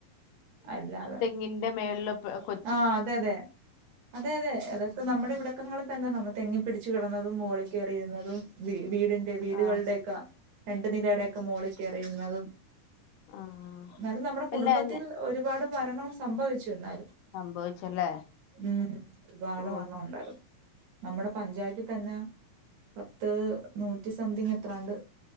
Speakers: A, on the right; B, on the left.
A: അല്ലാതെ
B: നിൻ്റെ മേള്ല് കൊ
A: ആഹ് അതെ, അതെ, അതെ, അതെ അതൊക്കെ നമ്മുടെ ഇവിടക്കങ്ങളി തന്നെ നമ്മുടെ തെങ്ങി പിടിച്ച് കിടന്നതും മുകളി കേറിയിരുന്നതും വീടിന്റെ വീടുകളുടെ
B: ആഹ്
A: ക്ക രണ്ടു നിലടെക്കെ മോളി കേറിയിരുന്നതും.
B: ആഹ്
A: എന്നാലും നമ്മുടെ കുടുംബത്തിൽ
B: എല്ലാം ഞ
A: ഒരുപാട് മരണം സംഭവിച്ചു. എന്നാലും
B: സംഭവിച്ചല്ലേ
A: ഉം ഒരുപാട്
B: ഓ
A: മരണം ഒണ്ടാരുന്നു. നമ്മുടെ പഞ്ചായത്തി തന്ന പത്ത് നൂറ്റി സംതിങ് എത്രാണ്ട്.